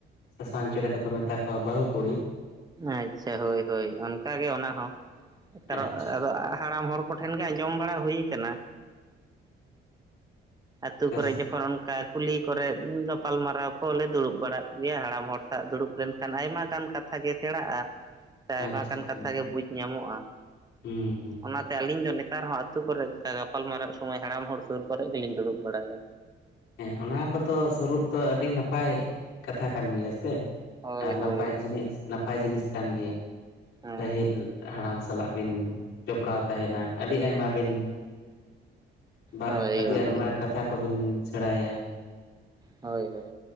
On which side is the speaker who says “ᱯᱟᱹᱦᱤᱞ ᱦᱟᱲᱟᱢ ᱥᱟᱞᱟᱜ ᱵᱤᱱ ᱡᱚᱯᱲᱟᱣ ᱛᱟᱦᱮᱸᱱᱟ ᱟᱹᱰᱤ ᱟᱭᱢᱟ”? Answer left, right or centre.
Left